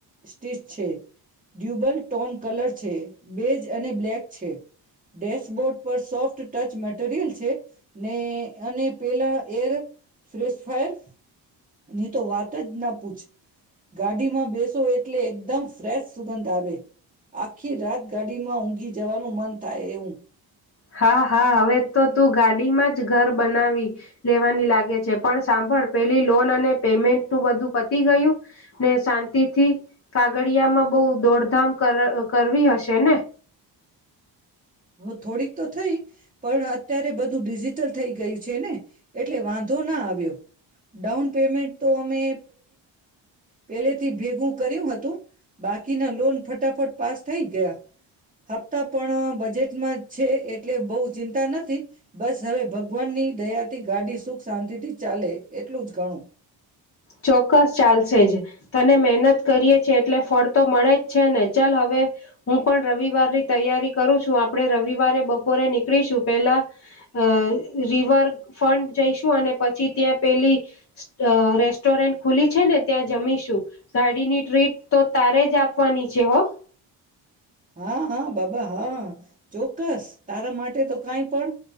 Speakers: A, on the right; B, on the left.
A: સ્ટીચ છે. ડ્યુબલ ટોન કલર છે. બેજ અને બ્લેક. છે. ડેશબોર્ડ પર સોફ્ટ ટચ મેટરિયલ છે ને અને પેલા એર ફ્રેશફાયર. ની તો વાત જ ના પૂછ. ગાડી માં બેસો એ. એટલે એકદમ ફ્રેશ સુગંધ આવે. આખી રાત ગાડીમાં ઊંઘી જવાનું મન થાય એવું.
B: હા હા હવે તો તું ગાડીમાં જ ઘર બનાવી લેવાની લાગે છે. પણ સાંભળ પેલી લોન અને પેમેન્ટ નું બધું પતી ગયું? ને શાંતિથી કાગડિયામાં બહુ દોડધામ કરવી હશે ને?
A: હ થોડીક તો થઈ પણ અત્યારે બધું ડિ. ટલ થઈ ગયું છે ને. એટલે વાંધો ના આવ્યો ડાઉન પેમેન્ટ તો અમે પેથી ભેગું. કર્યું હતું. બાકીના લોન ફટાફટ પાસ થઈ ગયા હપ્તા પણ બજેટ. છે એટલે બહુ ચિંતા નથી બસ હવે ભગવાનની દયાથી ગાડી સુખ શાંતિ થી ચાલે એટલું જ ગણું.
B: ચોક્કસ ચાલશે જ તને મહેનત કરીએ છે એટલે ફળ તો મળે જ છે ને ચાલ હવે હું પણ રવિવારની તૈયારી કરું છું આપણેે રવિવારે બપોરે નીકળીશું પેલા અ રિવર ફંન્ટ જઈશું અને પછી ત્યાં પેલી. અ રેસ્ટોરન્ટ ખુલી છે ને ત્યાં જમીશું ગાડીની ટ્રીટ તો તારે જ આપવાની છે હો.
A: હા હા બાબા હા ચોક્કસ તારા માટે તો કંઈ પણ.